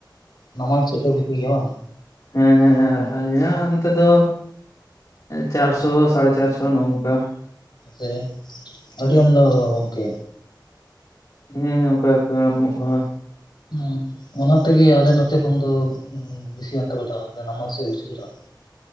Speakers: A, on the left; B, on the left.
A: ᱱᱟᱢᱟᱞ ᱥᱮᱫ ᱫᱚ ᱵᱷᱟᱹᱜᱤ ᱜᱮᱭᱟ ᱵᱟᱝ
B: ᱦᱮᱸᱻᱦᱮᱸᱻ ᱟᱹᱞᱤᱧᱟᱜ ᱚᱱᱛᱮ ᱫᱚ ᱪᱟᱨᱥᱚ ᱥᱟᱲᱮ ᱪᱟᱨᱥᱚ ᱱᱚᱝᱠᱟ
A: ᱱᱚᱛᱮ ᱟᱹᱰᱤ ᱟᱢᱫᱟ ᱫᱚ ᱜᱚᱢᱠᱮ
B: ᱦᱮᱸ ᱚᱱᱠᱟ ᱜᱮᱠᱚ ᱮᱢᱚᱜᱼᱟ
A: ᱦᱮᱸ ᱚᱱᱟ ᱛᱮᱜᱮ ᱟᱞᱮ ᱱᱚᱛᱮ ᱠᱷᱚᱱ ᱫᱚ ᱵᱤᱥᱤ ᱜᱟᱱ ᱛᱮᱠᱚ ᱪᱟᱞᱟᱜᱼᱟ ᱛᱚᱵᱮ ᱱᱟᱢᱟᱞ ᱥᱮᱫ ᱵᱤᱥᱤ ᱠᱚ ᱪᱟᱞᱟᱜᱼᱟ